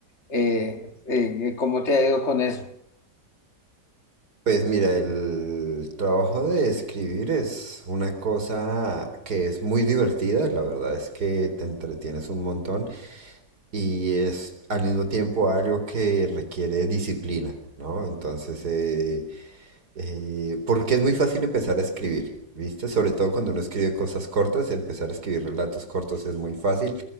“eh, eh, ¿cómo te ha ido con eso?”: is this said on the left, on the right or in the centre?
Left